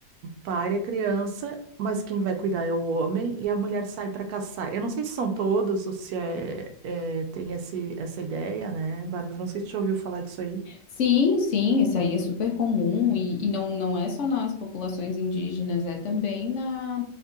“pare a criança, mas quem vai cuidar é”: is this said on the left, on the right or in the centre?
Right